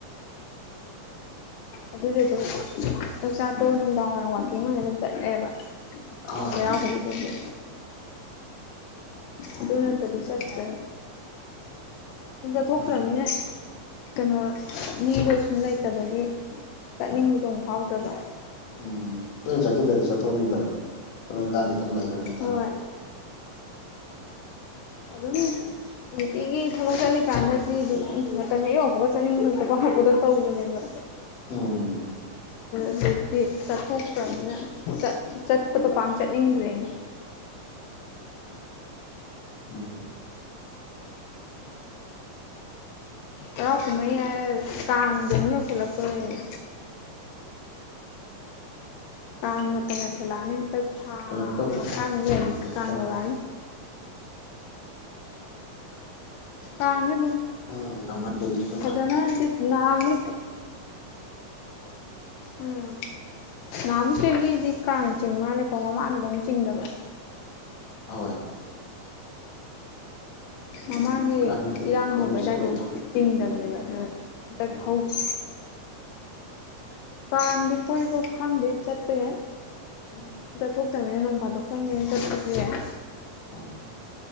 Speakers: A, on the left (about 85°); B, on the left (about 55°).
A: ꯑꯗꯨꯗꯤ ꯑꯗꯨꯝ ꯆꯥꯛ ꯆꯥꯇꯣ ꯅꯨꯡꯗꯥꯡ ꯋꯥꯏꯔꯝ ꯋꯥꯋꯥꯛꯀꯤꯡ ꯑꯣꯏꯅ ꯑꯗꯨꯝ ꯆꯠꯂꯦꯕ
B: ꯍꯣꯏ
A: ꯆꯩꯔꯥꯎꯕꯒꯤ ꯗꯨꯒꯤ ꯑꯗꯨ ꯅꯠꯇ꯭ꯔꯗꯤ ꯆꯠꯇ꯭ꯔꯦ
B: ꯎꯝ
A: ꯁꯨꯝ ꯆꯠꯊꯣꯛꯇ꯭ꯔꯅꯤꯅ
B: ꯃꯥꯅꯤ
A: ꯀꯩꯅꯣ ꯃꯤꯗꯣ ꯁꯨꯝ ꯂꯩꯇꯕꯒꯤ ꯆꯠꯅꯤꯡꯕꯗꯣ
B: ꯑꯣ
A: ꯃꯨꯛ ꯐꯥꯎꯗ꯭ꯔꯕ
B: ꯎꯝ ꯇꯣꯏꯅ ꯆꯠꯈꯤꯗ꯭ꯔꯗꯤ ꯆꯠꯊꯣꯛꯅꯤꯡꯗꯕꯅꯤ ꯊꯕꯛ ꯏꯟꯈꯥꯡ ꯈꯤꯇꯪ ꯂꯩꯈ꯭ꯔꯒ ꯇꯥꯔꯗꯤ
A: ꯍꯣꯏ ꯑꯗꯨꯝ ꯅꯨꯡꯇꯤꯒꯤ ꯊꯕꯛ ꯆꯠꯂꯤꯀꯥꯟꯗꯗꯤ ꯑꯗꯨꯝ ꯃꯇꯝ ꯍꯦꯛ ꯌꯧꯕꯒ ꯆꯠꯅꯤꯡꯕꯠꯇꯀꯣ ꯄꯨꯗ ꯇꯧꯕꯅꯦꯕ
B: ꯎꯝ
A: ꯍꯧꯖꯤꯛꯇꯤ ꯆꯠꯊꯣꯛꯇ꯭ꯔꯕꯅꯤꯅ ꯆꯠ ꯆꯠꯄꯗꯣ ꯄꯥꯛ ꯆꯠꯅꯤꯡꯗ꯭ꯔꯦꯅꯦ <inaudible>
B: ꯎꯝ
A: ꯍꯔꯥꯎ ꯀꯨꯝ ꯍꯩ ꯍꯥꯏꯔ ꯀꯥꯡꯒꯨꯝꯕ ꯌꯧꯁꯤꯜꯂꯛꯀꯗꯧꯔꯦ ꯀꯥꯡ ꯃꯇꯝ ꯌꯧꯁꯤꯜꯂꯛꯑꯅꯤ ꯍꯟꯇꯛ ꯊꯥ
B: ꯁꯨꯔꯛꯇꯧꯔꯦ
A: ꯃꯈꯥꯏ ꯑꯃꯨꯛ ꯂꯤꯔꯗꯤ
B: ꯑꯥ ꯁꯨꯔꯛꯇꯧꯔꯦ
A: ꯀꯥꯡ ꯌꯧꯔꯛꯑꯅꯤ ꯀꯥꯡꯖꯦ
B: ꯎꯝ ꯇꯧꯅꯈꯤꯁꯅꯨ
A: ꯐꯖꯅꯗꯤ ꯅꯍꯥꯟ ꯃꯨꯛ ꯎꯝ ꯅꯍꯥꯃꯨꯛ ꯆꯈꯤꯗꯤ ꯀꯥꯡ ꯆꯤꯡ ꯃꯥꯜꯂꯦꯀꯣ ꯃꯃꯥꯡꯒꯤꯗ ꯑꯃꯨꯛ ꯆꯤꯡꯗꯕ
B: ꯍꯣꯏ
A: ꯃꯃꯥꯡꯒꯤ
B: ꯀꯥꯡꯗꯤ
A: ꯏꯔꯥꯡ
B: ꯀꯣꯏꯕ
A: ꯍꯧꯕ ꯑꯗꯨꯋꯥꯏꯗꯣ
B: ꯆꯠꯂꯣꯏꯗ꯭ꯔꯣ
A: ꯆꯤꯡꯗꯕꯅꯦꯕ ꯑꯗꯣ ꯍꯟꯗꯛ
B: ꯎꯝ
A: ꯍꯧ <inaudible> ꯀꯥꯡꯗꯤ ꯀꯣꯏꯕ ꯈꯪꯗꯦ ꯆꯠꯄ ꯌꯥꯏ
B: ꯎꯝ
A: ꯆꯠꯇꯃꯦꯅ ꯅꯣꯡ ꯐꯥꯗꯣꯛꯇꯪꯒꯤ ꯆꯠꯄꯗꯤ ꯌꯥꯏ
B: ꯍꯣꯏ